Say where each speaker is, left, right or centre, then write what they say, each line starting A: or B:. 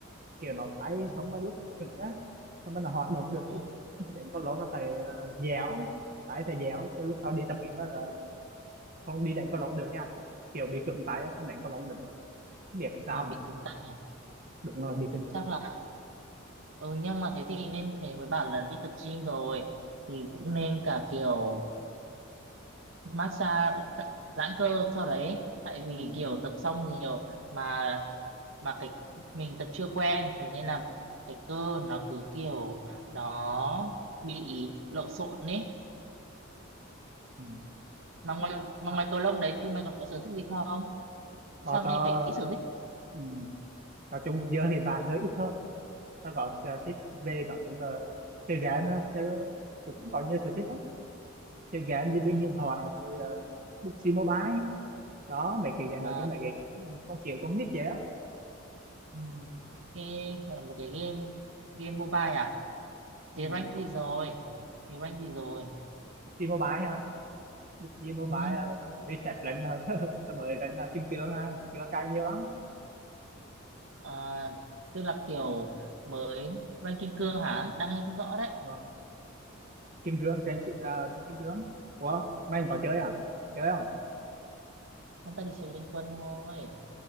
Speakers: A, on the right (about 45°); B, on the right (about 70°).
A: kiểu nó tay
B: Ừ.
A: xong rồi lúc nó cực á xong rồi nó hoạt động được
B: Ừ.
A: lúc đi đánh cầu lông là phải ờ, dẻo tay phải dẻo chứ lúc tao đi tập gym á là không đi đánh cầu lông được nha kiểu bị cứng tay á, không đánh cầu lông được Không biết sao
B: à
A: nữa.
B: bị cứng tay à
A: đúng
B: ừ.
A: là bị cứng
B: chắc
A: tay
B: là ừ nhưng mà thế thì nên thế mới bảo là đi tập gym rồi thì cũng nên cả kiểu massage cả- giãn cơ sau đấy tại vì
A: ừ.
B: kiểu tập xong nhiều mà mà cái mình tập chưa quen thế nên là cái cơ nó cứ kiểu nó bị lộn xộn ấy
A: Ừ.
B: mà ngoài mà
A: Đó,
B: ngoài cầu lông đấy thì mày còn có sở thích gì không
A: còn
B: sao
A: tao
B: nghe thấy ít sở thích
A: ừ. nói chung giờ hiện tại hơi ít hơn tao có sở thích về nói chung là chơi game đó chứ cũng có nhiều sở thích lắm chơi game đi
B: ừ.
A: bên điện thoại rồi uh, bút mobile đó mấy cái game
B: À,
A: nói chung mấy cái game không chịu con nít vậy á
B: ừ. ok là một cái game game mobile à thế
A: ừ.
B: rank gì rồi thế rank gì rồi
A: PUBG Mobile hả? PUBG
B: ừ.
A: Mobile ờ, tao mới reset lệnh ờ, <laughs> tao mới đánh ờ, kim cương ha, chưa cài nhiều lắm.
B: à, tức là kiểu mới rank kim cương hả đang nghe không rõ đấy
A: Nhưng kim cương trên
B: à,
A: chip ờ, trên kim cương. Ủa, mày có chơi à? Chơi không?
B: không ta chỉ chơi liên quân thôi